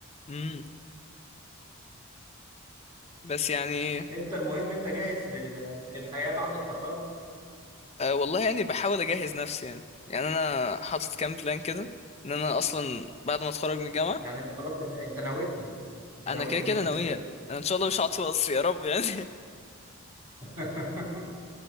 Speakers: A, on the left; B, on the right.
A: امم بس يعني
B: انت المهم انت جاهز لل- للحياة بعد التخرج
A: آه والله يعني بحاول اجهز نفسي يعني يعني انا حاطط كام بلان كده ان انا اصلا بعد ما اتخرج من الجامعه
B: يعني انت خلاص انت انت نويتها انت
A: انا
B: نويت
A: كده
B: ان
A: كده
B: انت
A: ناويه
B: تسافر
A: انا ان شاء الله مش هقعد في مصر يا رب يعني
B: <laughs>